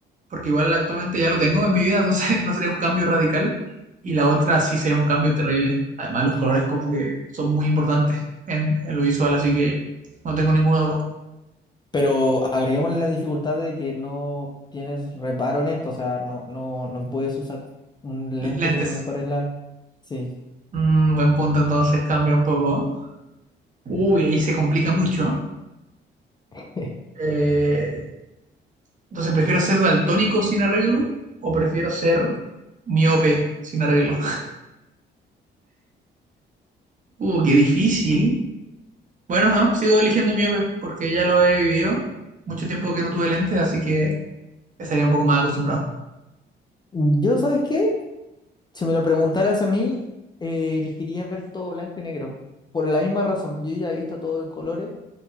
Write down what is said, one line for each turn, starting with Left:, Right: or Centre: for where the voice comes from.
Right: porque igual actualmente ya lo tengo en mi vida, entonces <laughs> no sería un cambio radical. Y la otra sí sería un cambio terrible. Además, los colores
Left: Ah,
Right: como que son muy importantes en, en lo visual, así que no tengo ninguna duda.
Left: pero agreguemos la dificultad de que no tienes reparo en esto, o sea, no, no, no puedes usar un lente
Right: Lentes.
Left: que te mejore la... Sí.
Right: Mm, buen punto, entonces cambia un poco. Uy, ahí se complica mucho.
Left: <laughs>
Right: Eh, entonces, ¿prefiero ser daltónico sin arreglo o prefiero ser miope sin arreglo? Uh, qué difícil. Bueno, no, sigo eligiendo miope porque ya lo he vivido. Mucho tiempo que no tuve lentes, así que estaría un poco más acostumbrado.
Left: Yo, ¿sabes qué? Si me lo preguntaras a mí, eh, elegiría ver todo blanco y negro. Por la misma razón, yo ya he visto todo en colores